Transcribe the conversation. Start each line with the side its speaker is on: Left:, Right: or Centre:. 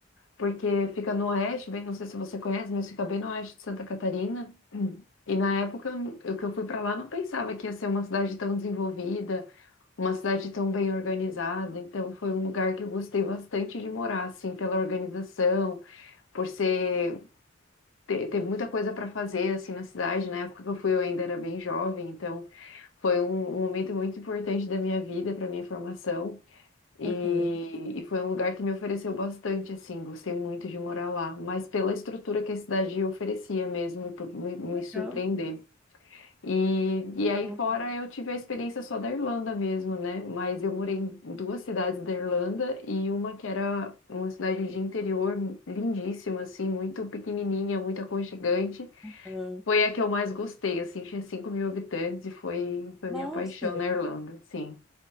Left: porque fica no oeste, bem, não sei se você conhece, mas fica bem no oeste de Santa Catarina. <clears throat> E na época eu, eu que eu fui para lá não pensava que ia ser uma cidade tão desenvolvida, uma cidade tão bem organizada. Então foi um lugar que eu gostei bastante de morar, assim, pela organização, por ser ter, ter muita coisa para fazer assim na cidade. Na época que eu fui eu ainda era bem jovem, então foi um, um momento muito importante da minha vida, para minha formação. E,
Centre: Aham.
Left: e foi um lugar que me ofereceu bastante, assim, gostei muito de morar lá, mas pela estrutura que a cidade oferecia mesmo, e por me, me
Centre: Legal,
Left: surpreender. E, e aí
Centre: legal.
Left: fora eu tive a experiência só da Irlanda mesmo, né? Mas eu morei em duas cidades da Irlanda e uma que era uma cidade de interior lindíssima, assim, muito pequenininha, muito aconchegante.
Centre: Ah,
Left: Foi a que eu mais gostei, assim, tinha 5 mil habitantes e foi, foi minha
Centre: Nossa,
Left: paixão na Irlanda, sim.